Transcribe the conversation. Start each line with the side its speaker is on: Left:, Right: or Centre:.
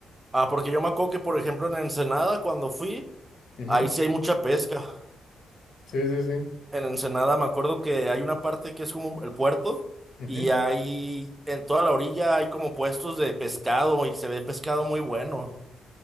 Right: Ah, porque yo me acuerdo que, por ejemplo, en Ensenada, cuando fui,
Left: Ujú,
Right: ahí sí hay mucha pesca.
Left: Sí, sí, sí.
Right: En Ensenada me acuerdo que hay una parte que es como el puerto
Left: ujú,
Right: y ahí en toda la orilla hay como puestos de pescado y se ve pescado muy bueno.